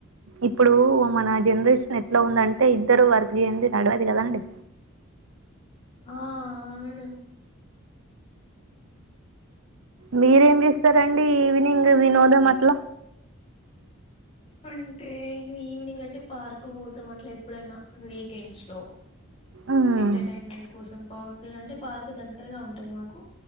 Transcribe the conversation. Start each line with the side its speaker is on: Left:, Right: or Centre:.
Right: ఇప్పుడు మన జనరేషన్ ఎట్లా ఉందంటే ఇద్దరు వర్క్ చెయ్యంది నడవది కదా అండి
Left: ఆ అవును
Right: మీరేం చేస్తారండి ఈవినింగ్ వినోదం అట్ల?
Left: అంటే ఇగ ఈవినింగ్ అంటే పార్క్ పోతాం అట్ల ఎప్పుడనా వీకెండ్స్ లో.
Right: మ్మ్.
Left: ఎంటర్టైన్మెంట్ కోసం పార్క్లు అంటే పార్క్ దగ్గరగా ఉంటది మాకు.